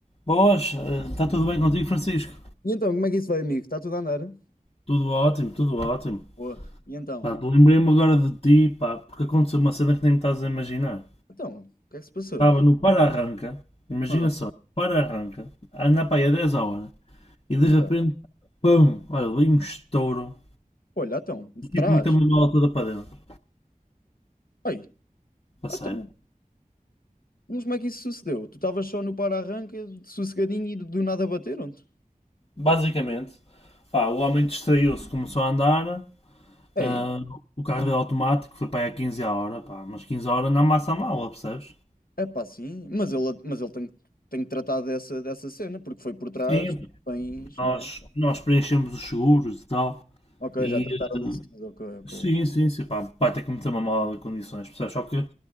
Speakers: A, on the left (about 40°); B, on the left (about 80°).
A: Boas, está tudo bem contigo, Francisco?
B: E então, como é que isso vai, amigo? Está tudo a andar?
A: Tudo ótimo, tudo ótimo.
B: Boa. E então?
A: Pá, lembrei-me agora de ti, pá, porque aconteceu uma cena que nem me estás a imaginar.
B: Então, o que é que se passou?
A: Estava no para-arranca, imagina
B: Ah,
A: só, para-arranca, a andar para aí a 10 a hora, e de
B: ok.
A: repente, pum, olha, dei um estouro,
B: Olha, então, de
A: o tipo
B: trás.
A: meteu uma mala toda para dentro,
B: Aí,
A: a sério.
B: então, mas como é que isso sucedeu? Tu estavas só no para-arranca, sossegadinho e do nada bateram-te?
A: Basicamente, pá, o homem distraiu-se, começou a andar,
B: Ei,
A: ah, o carro dele automático foi para aí a 15 a hora, pá, mas 15 a hora não amassa a mala, percebes?
B: é pá, sim, mas ele, mas ele tem, que- tem que tratar dessa, dessa cena, porque foi por trás,
A: Sim,
B: tens,
A: Nós,
B: não é?
A: nós preenchemos os seguros e tal.
B: Ok,
A: E
B: já trataram disso
A: eh,
B: tudo, ok, ok.
A: sim, sim, sim, pá, vai ter que meter uma mala de condições, percebes? Só que